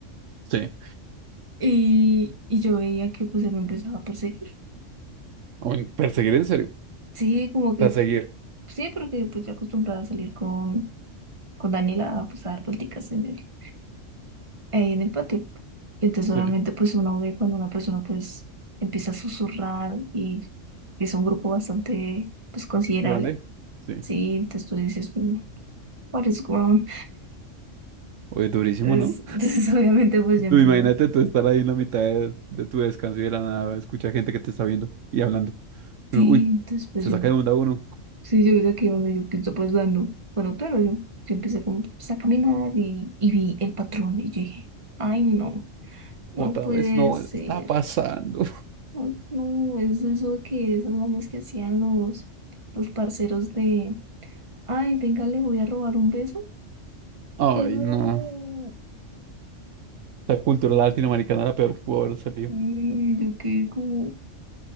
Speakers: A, on the right (about 75°); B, on the right (about 25°).
A: Sí.
B: y, y yo veía que pues él me empezaba a perseguir.
A: O en perseguir en serio.
B: Sí, como que,
A: Perseguir.
B: sí, porque pues ya acostumbrada a salir con, con Daniela a, pues, a dar vuelticas en el, ahí en el patio. Y entonces
A: Sí.
B: obviamente pues uno ve cuando una persona pues empieza a susurrar y es un grupo bastante pues considerable.
A: Grande. Sí.
B: Sí, entonces tú dices, "Mm, what is wrong?
A: Oye, durísimo,
B: Entonces,
A: ¿no?
B: <laughs> entonces, obviamente pues yo empiezo.
A: Tú imagínate tú estar ahí en la mitad de, de tu descanso y de la nada, escucha gente que te está viendo y hablando.
B: Sí,
A: Uno, Uy,
B: entonces pues
A: se
B: yo,
A: saca de onda uno.
B: sí, yo desde aquí donde yo pienso pues dando, bueno, claro, yo, yo empecé como, pues, a caminar y, y vi el patrón y yo dije, ay no, no
A: Otra
B: puede
A: vez no,
B: ser,
A: está pasando.
B: no, no, es eso que esas mañas que hacían los, los parceros de, ay, venga, le voy a robar un beso.
A: <laughs> Ay,
B: <laughs>
A: no. La cultura latinoamericana era la peor que pudo haber salido.
B: Y yo quedé como,